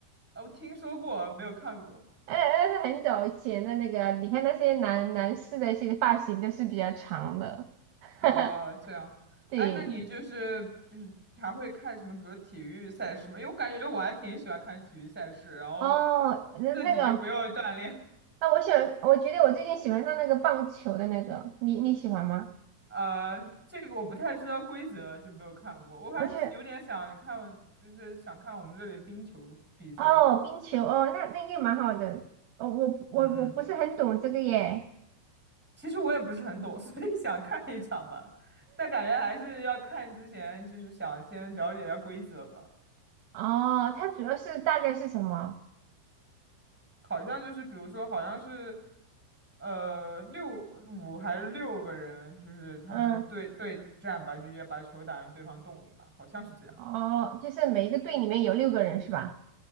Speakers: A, in the centre; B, on the right.
A: 啊，我听说过，没有看过。
B: 那那是很早以前的那个，你看那些男男士的一些发型都是比较长的。<laughs>
A: 哦，这样，
B: 对，
A: 哎，那你就是就是还会看什么，比如体育赛事吗？因为我感觉我还挺喜欢看体育赛事，然后
B: 哦，那那个，
A: 自己就不用锻炼。
B: 那我喜欢，我觉得我最近喜欢上那个棒球的那个，你你喜欢吗？
A: 呃，这个我不太知道规则，就没有看过。我还有点想看，
B: 而且。
A: 就是想看我们这里冰球比赛。
B: 哦，冰球哦，那那个蛮好的。哦，我我我不是很懂这个耶。
A: 嗯嗯其实我也不是很懂，<laughs> 所以想看一场吧，但感觉还是要看之前，就是想先了解一下规则吧。
B: 哦，它主要是大概是什么？
A: 好像就是，比如说，好像是，呃，六五还是六个人，就是他们对对战吧，
B: 嗯，
A: 就直接把球打进对方洞里吧，好像是这样，
B: 哦，就是每一个队里面有六个人是吧？